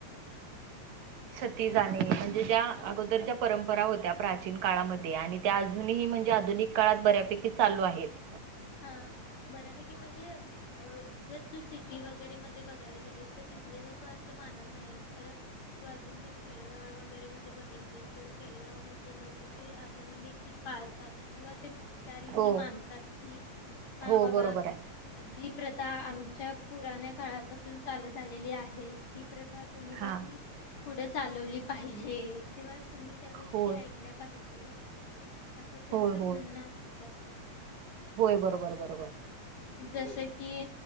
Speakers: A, on the right; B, on the left.
A: छती जाणे म्हणजे ज्या
B: हा
A: अगोदरच्या्या परंपरा होत्या प्राचीन काळामध्ये आणि
B: म्हणजे
A: त्या अजूनही म्हणजे आधुनिक काळात बऱ्यापैकी चालू आहेत
B: हा बऱ्यापैकी म्हणजे अ जर तू सिटी वगैरे मध्ये बघायला गेलीस तर तिथले लोक मानत नाहीत खरं तू अजून पण खेडेगाव वगैरे मध्ये बघितलीस तर खेडेगाव मधले लोक ते अजूनही पाळतात किंवा ते त्या रीती
A: हो
B: मानतात कि हा
A: हो
B: बाबा
A: बरोबर आहे.
B: जी प्रथा आमच्या पुराण्या काळापासून चालत आलेली आहे ती प्रथा तुम्ही
A: हा
B: देखील पुढं चालवली पाहिजे किंवा तुम्ही त्या गोष्टी
A: होय
B: ऐकल्या पाहिजे असं त्यांचं
A: होय होय
B: म्हणणं असतं
A: होय बरोबर बरोबर
B: जस की